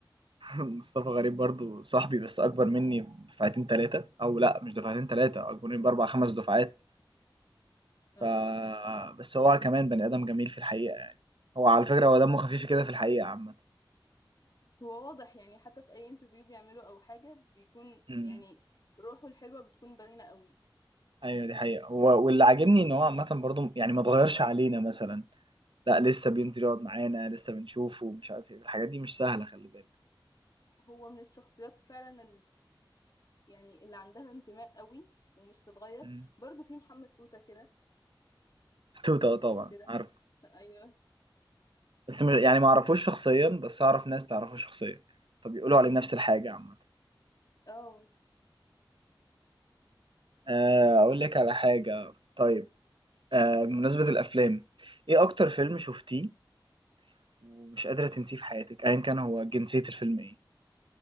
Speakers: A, on the right (about 80°); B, on the left (about 45°).
A: <laughs> مصطفى غريب برضو صاحبي بس اكبر مني بدفعتين ثلاثه او لا مش دفعتين ثلاثه اكبر مني باربع خمس دفعات
B: أو
A: ف بس هو كمان بني ادم جميل في الحقيقه يعني هو على فكره هو دمه خفيف كده في الحقيقه عامه
B: هو واضح يعني حتى في أي انترفيو بيعمله أو حاجة بيكون
A: امم
B: يعني روحه الحلوة بتكون باينة قوي
A: ايوه دي حقيقه هو واللي عاجبني ان هو عامه برضو يعني ما اتغيرش علينا مثلا لا لسه بينزل يقعد معانا لسه بنشوفه ومش عارف ايه الحاجات دي مش سهله خلي بالك
B: هو من الشخصيات فعلا يعني اللي عندها انتماء قوي ومش هتتغير
A: مم.
B: برضو في محمد توتة كده
A: توتا
B: بحسه
A: طبعا
B: كده
A: عارف
B: ايوه
A: بس مش يعني ما اعرفوش شخصيا بس اعرف ناس تعرفه شخصيا فبيقولوا عليه نفس الحاجه عامه
B: اه
A: آه، اقول لك على حاجه طيب آه، بمناسبه الافلام ايه اكتر فيلم شفتيه ومش قادره تنسيه في حياتك ايا كان هو جنسيه الفيلم ايه